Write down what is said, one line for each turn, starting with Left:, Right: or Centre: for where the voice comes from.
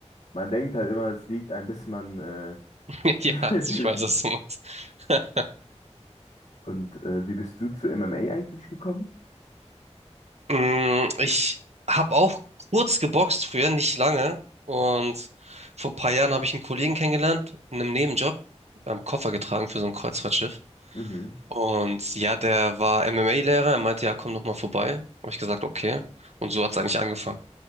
Left: man denkt halt immer, es liegt ein, bis man. Äh,
Right: <laughs>
Left: <laughs>
Right: Ja, ich weiß, was du meinst. <laughs>
Left: und äh, wie bist du zu MMA eigentlich gekommen?
Right: Mm, Ich habe auch kurz geboxt früher, nicht lange. Und vor ein paar Jahren habe ich einen Kollegen kennengelernt, in einem Nebenjob. Wir haben Koffer getragen für so ein Kreuzfahrtschiff.
Left: Mhm.
Right: Und ja, der war MMA-Lehrer. Er meinte, ja, komm noch mal vorbei. Habe ich gesagt, okay. Und so hat es eigentlich angefangen.